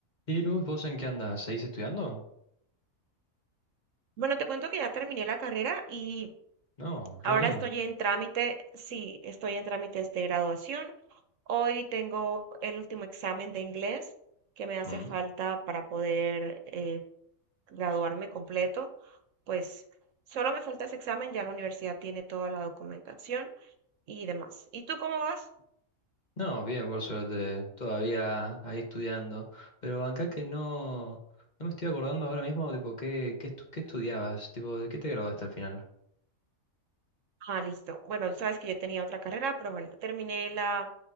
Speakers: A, on the left; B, on the right.
A: Y Luz, ¿vos en qué andás? ¿Seguís estudiando?
B: Bueno, te cuento que ya terminé la carrera y
A: No,
B: ahora
A: re bien.
B: estoy en trámite, sí, estoy en trámites de graduación. Hoy tengo el último examen de inglés que me hace
A: Mm.
B: falta para poder eh, graduarme completo. Pues solo me falta ese examen, ya la universidad tiene toda la documentación y demás. ¿Y tú cómo vas?
A: No, bien, por suerte, todavía ahí estudiando. Pero acá que no, no me estoy acordando ahora mismo, tipo, qué, qué, estu- qué estudiabas, tipo, ¿de qué te graduaste al final?
B: Ah, listo. Bueno, sabes que yo tenía otra carrera, pero bueno, terminé la